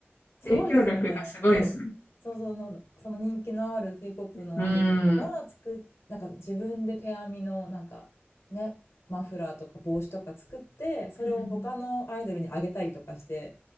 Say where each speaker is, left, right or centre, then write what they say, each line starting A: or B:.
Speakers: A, on the left (about 80°); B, on the left (about 55°).
A: すごいですよね。
B: 影響力がすごいですね。
A: そうそうの、その人気のある K-POP のアイドルの子が作っ、
B: うん。
A: なんか自分で手編みのなんかね、マフラーとか帽子とか作って、それを他のアイドルにあげたりとかして、
B: うん